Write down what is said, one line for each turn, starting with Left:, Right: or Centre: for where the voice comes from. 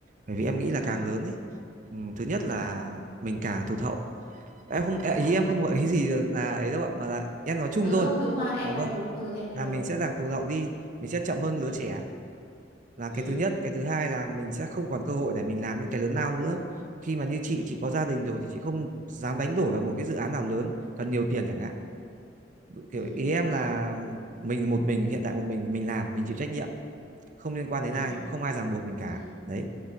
Right: Bởi vì em nghĩ là
Left: ừ
Right: càng lớn ấy, ừ, thứ nhất là mình càng tụt hậu em không à, ý em không gợi ý gì là ấy đâu ạ mà là em nói chung
Left: ừ
Right: thôi
Left: không đúng mà mà em
Right: dạ
Left: nói
Right: vâng
Left: đúng ừ em nói
Right: là
Left: đúng
Right: mình sẽ giảm tụt hậu đi mình sẽ chậm hơn lứa
Left: ừ
Right: trẻ là
Left: ừ
Right: cái thứ nhất cái thứ hai là mình sẽ không còn cơ hội để mình làm những cái lớn lao nữa khi mà như chị
Left: ừ
Right: chị có gia đình rồi thì chị không dám đánh đổi vào một cái dự án nào lớn cần nhiều tiền chẳng hạn
Left: ừ
Right: kiểu ý em là mình một mình hiện tại một mình mình làm mình chịu trách nhiệm không liên quan đến
Left: ừ
Right: ai không ai ràng buộc mình cả
Left: ừ
Right: đấy